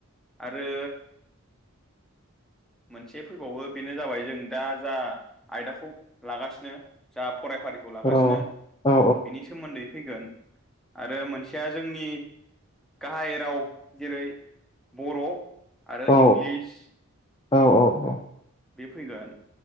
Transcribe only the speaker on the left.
अ औ औ
औ
औ औ औ